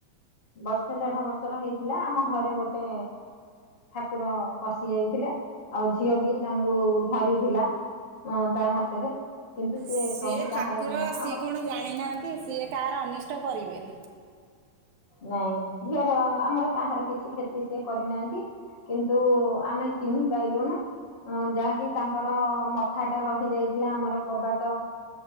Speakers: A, on the left; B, on the right.
A: ବର୍ଷେ ଦେଢ ବର୍ଷର ହେଇଥିଲା ଆମ ଘରେ ଗୋଟେ ଠାକୁର ପଶି ଯାଇଥିଲେ ଆଉ ଝିଅ ବି ତାଙ୍କୁ ଧରିଥିଲା। <inaudible> ତା ହାତରେ। କିନ୍ତୁ ସେ
B: ସିଏ
A: ପ୍ରଭୁ କାହାର
B: ଠାକୁର ସିଏ
A: ଆମର
B: କଣ ଜାଣିନାହାନ୍ତି। ସିଏ କାହାର ଅନିଷ୍ଟ କରିବେନି।
A: ନାଇଁ ଝିଅର ଆମର କାହାର କିଛି କ୍ଷତି ସେ କରିନାହାନ୍ତି। କିନ୍ତୁ ଆମେ ଚିହ୍ନି ପାଇଲୁ ନାଇ। ଅ ଯାହାକି ତାଙ୍କର ମଥା ଟା ରହି ଯାଇଥିଲା ଆମର କବାଟ